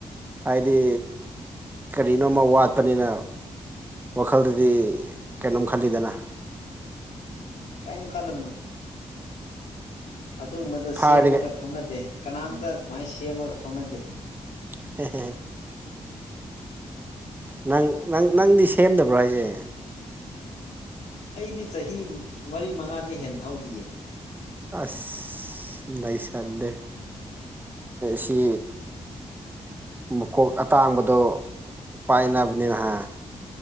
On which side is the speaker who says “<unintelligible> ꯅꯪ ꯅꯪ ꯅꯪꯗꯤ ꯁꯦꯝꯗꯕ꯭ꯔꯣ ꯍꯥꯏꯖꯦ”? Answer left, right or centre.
Right